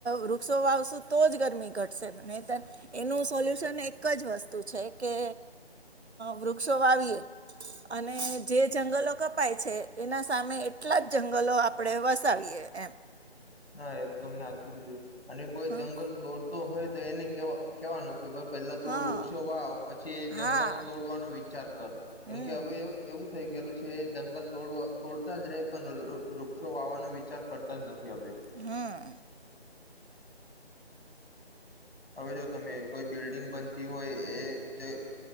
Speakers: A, on the right; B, on the left.
A: વૃક્ષો વાવશું તો જ ગરમી ઘટશે. નહી તો એનું સોલ્યુશન એક જ વસ્તુ છે. કે વૃક્ષો વાવીએ અને જે જંગલો કપાય છે એના સામે એટલા જ જંગલો આપણે વસાવીએ એમ.
B: હા એ તો તમને હાચુ કીધું. અને કોઈ
A: હા
B: જંગલ તોડ તોડતો હોય તો એને કેવા કેવાનું કે ભાઈ પેલા તું
A: હા
B: વૃક્ષો વા પછી એ જંગલ
A: હા
B: તોડવાનો વિચાર કર. કેમકે
A: હમ
B: હવે એવું થઈ ગયેલું છે એ જંગલ તોડ તોડતા જ રહે. પણ વૃક્ષો વાવાનો વિચાર કરતા જ નથી હવે.
A: હમ્મ.
B: હવે જો તમે કોઈ બિલ્ડિંગ બનતી હોય એ